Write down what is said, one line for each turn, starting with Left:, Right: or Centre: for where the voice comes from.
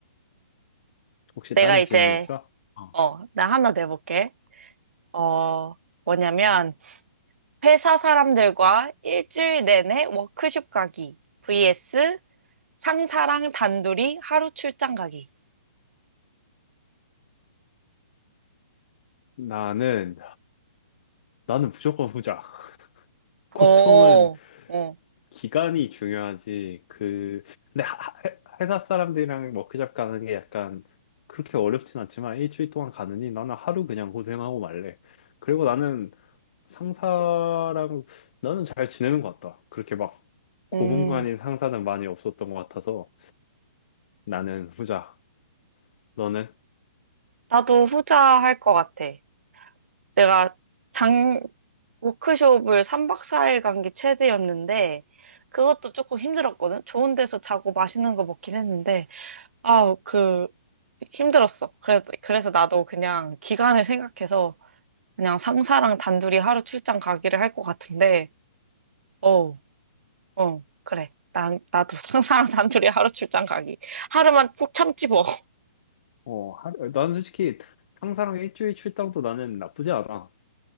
Left: 혹시
Right: 내가
Left: 다른
Right: 이제,
Left: 질문 있어? 어.
Right: 어, 나 하나 내볼게. 어, 뭐냐면, 회사 사람들과 일주일 내내 워크숍 가기. vs 상사랑 단둘이 하루 출장 가기.
Left: 나는 나는 무조건 후자. <laughs> 고통은
Right: 어, 어,
Left: 기간이 중요하지. 그 근데 하- 해- 회사 사람들이랑 워크숍 가는 게 약간 그렇게 어렵진 않지만 일주일 동안 가느니 나는 하루 그냥 고생하고 말래. 그리고 나는 상사랑 나는 잘 지내는 것 같다. 그렇게 막 고문관인
Right: 음,
Left: 상사는 많이 없었던 것 같아서 나는 후자. 너는?
Right: 나도 후자 할 것 같아. 내가 작, 워크숍을 3박 4일 간 게 최대였는데, 그것도 조금 힘들었거든? 좋은 데서 자고 맛있는 거 먹긴 했는데, 아, 그, 힘들었어. 그래, 그래서 나도 그냥 기간을 생각해서 그냥 상사랑 단둘이 하루 출장 가기를 할 것 같은데, 어, 어, 그래. 난, 나도 <laughs> 상사랑 단둘이 하루 출장 가기. 하루만 푹 참지 뭐. <laughs>
Left: 어, 하, 나는 솔직히 상사랑 일주일 출장도 나는 나쁘지 않아.